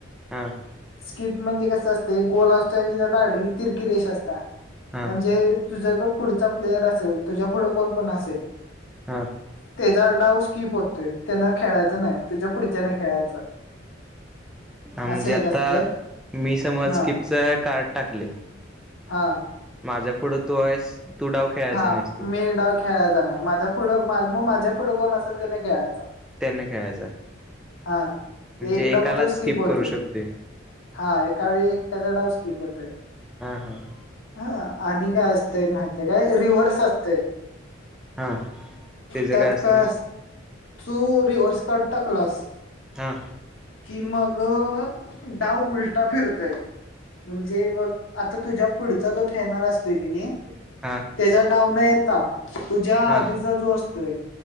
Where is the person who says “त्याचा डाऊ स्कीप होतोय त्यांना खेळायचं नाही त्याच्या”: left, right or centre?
Left